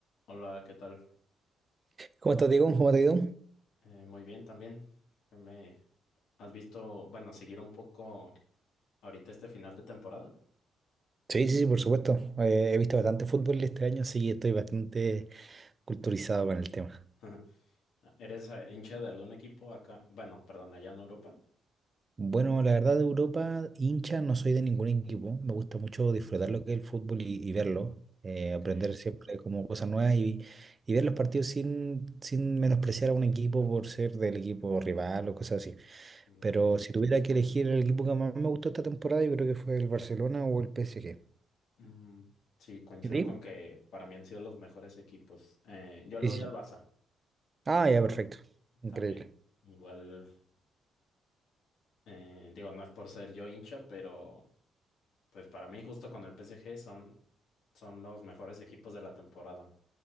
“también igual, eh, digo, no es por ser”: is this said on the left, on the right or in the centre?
Left